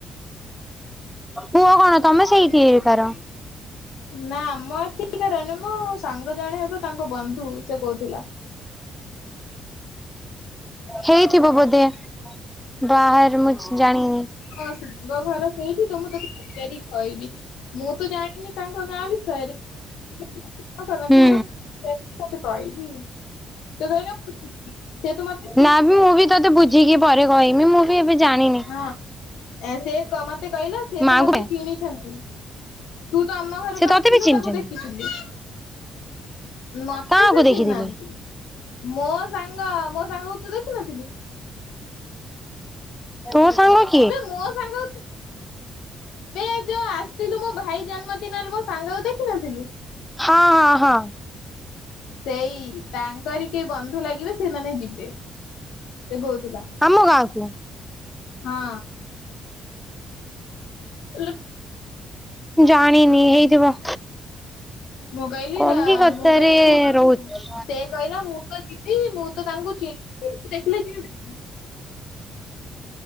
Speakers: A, in the centre; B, on the left.
A: ପୁଅ କଣ ତମେ ସେଇଠି କାର?
B: ନା ଆମ ଏଠି କାର ନୁହଁ। ମୋ ସାଙ୍ଗ ଜଣେ ହେବ ତାଙ୍କ ବନ୍ଧୁ ସେ କହୁଥିଲା।
A: ହେଇଥିବ ବୋଧେ ବାହାରୁ ମୁଁ ଜାଣିନି।
B: ହଁ ସାଙ୍ଗ ଘର ସେଇଠି ତ ମୁଁ ତୋତେ ପଚାରିକି କହିବି ମୁଁ ତ ଜାଣି ନି ତାଙ୍କ ଗାଁ ବିଷୟରେ ଯଦି କଲ କରନ୍ତି
A: ହୁଁ
B: ତାକୁ ପଚାରିକି ତତେ କହିବି। ସେ କହିଲା ମୁଁ ଯିବି ସେ ତ ମତେ ହଁ
A: ନା ବି ମୁଁ ବି ତତେ ବୁଝିକି ପରେ କହିମି ମୁଁ ବି ଏବେ ଜାଣିନି।
B: ହଁ ସେ ମତେ କହିଲା ସେ
A: ମାଆଙ୍କୁ
B: ତ ମତେ ଜିଣିଛନ୍ତି। ତୁ ତ ଆମ ଘରକୁ
A: ସେ
B: ଆସିଥିଲୁ
A: ତତେ ବି ଚିହ୍ନିଛନ୍ତି
B: ତାକୁ ଦେଖିଥିଲୁ। ମତେ
A: କାହାକୁ
B: ସେ
A: ଦେଖିଥିଲେ
B: ଚିହ୍ନିନାହାନ୍ତି। ମୋ ସାଙ୍ଗ ମୋ ସାଙ୍ଗକୁ ତୁ ଦେଖିନଥିଲୁ?
A: ତୋ ମୋ ସାଙ୍ଗ କି?
B: ମୋ ସାଙ୍ଗ ଏ ଯୋଉ ଆସିଥିଲୁ ମୋ ଭାଇ ଜନ୍ମଦିନରେ ମୋ ସାଙ୍ଗକୁ ଦେଖିନଥିଲୁ?
A: ହଁ ହଁ ହଁ
B: ସେଇ ତାଙ୍କରି କେହି ବନ୍ଧୁ ଲାଗିବେ ସେମାନେ ଯିବେ। ସେ କହୁଥିଲା।
A: ଆମ ଗାଁକୁ
B: ହଁ ଏଲୁପ
A: ଜାଣିନି ହେଇଥିବ।
B: ମୁଁ କଇଲି
A: କଲିକତାରେ
B: ରା ମୁଁ କଇଲି ତୁ ତ
A: ରହୁଛି
B: ଯିବୁ ସେ କହିଲା ମୁଁ ତ ଯିବି ମୁଁ ତ ତାଙ୍କୁ ଚିହ୍ନି ଦେଖେଲେ <unintelligible>